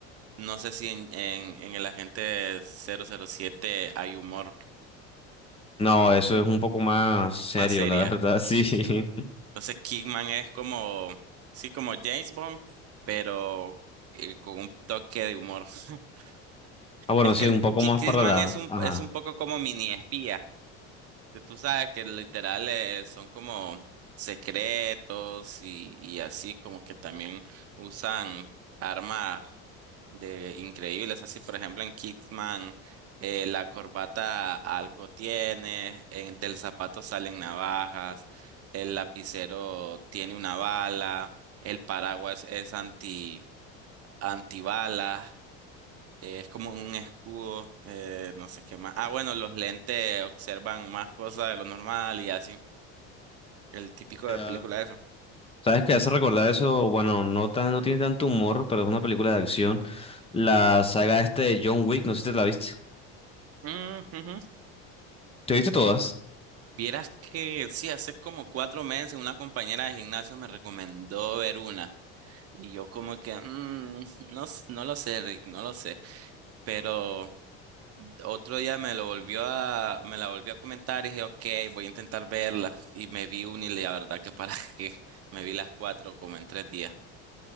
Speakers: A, on the right; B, on the left.
A: No sé si en, en, en el agente 007 hay humor
B: No, eso es un poco más serio,
A: más seria.
B: la verdad, sí.
A: Sí,
B: <laughs>
A: sí. Entonces, Kingman es como, sí, como James Bond, pero eh, con un toque de humor. <laughs>
B: Ah, bueno,
A: Es
B: sí,
A: que
B: un poco
A: Ki-
B: más
A: Kingman
B: para la...
A: es un,
B: ajá.
A: es un poco como mini espía. que tú sabes que literal eh, son como secretos y, y así como que también usan armas de increíbles, así por ejemplo en Kickman eh, la corbata algo tiene, en- del zapato salen navajas, el lapicero tiene una bala, el paraguas es anti antibalas. Eh, es como un escudo, eh, no sé qué más. Ah, bueno, los lentes observan más cosas de lo normal y así. El típico
B: sea,
A: de película de eso.
B: ¿Sabes qué hace recordar eso? Bueno, no tan, no tiene tanto humor, pero es una película de acción. La saga este de John Wick, no sé si te la viste.
A: Mm, ujú.
B: ¿Te viste todas?
A: Vieras que sí, hace como cuatro meses una compañera de gimnasio me recomendó ver una. Y yo como que, mm, no, s- no lo sé, Rick, no lo sé. Pero otro día me lo volvió a, me la volvió a comentar y dije, ok, voy a intentar verla. Y me vi una y la verdad que para <laughs> que me vi las cuatro como en tres días.